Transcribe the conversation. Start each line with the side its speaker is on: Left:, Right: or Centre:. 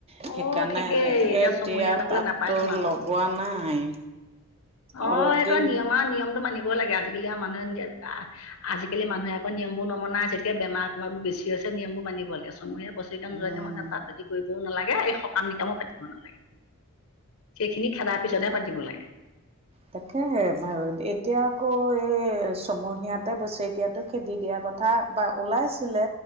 Right: সেইকাৰণে
Left: অ ঠিকেই
Right: এতিয়া
Left: ছমহীয়া নগলে
Right: তাঁততো
Left: নাপায়তোন আকৌ
Right: লগোৱা নাই
Left: অ'
Right: অলপ
Left: সেইটো
Right: দিন
Left: আৰু নিয়ম আ নিয়মটো মানিবই লাগে। আজিকালি আও মানুহে নিনাই আজিকালি মানুহে আকৌ নিয়মবোৰ নমনা হৈছে যেতিয়া বেমাৰ ছেমাৰ বেছি হৈছে নিয়মবো মানিব লাগে চমহীয়া বছকীয়া নোযোৱাকে
Right: উম,
Left: মানুহছ তাঁবাতি কৰিবও নালাগে এ সকাম নিকামো পাতিব নালাগে সেইখিনি খেদাৰ পিছতহে পাতিব লাগে।
Right: তাকেহে বাও এতিয়া আকৌ এই ছমহীয়াতে বছেকিয়াত টো খেদি দিয়া কথা বা ওলাইছিলে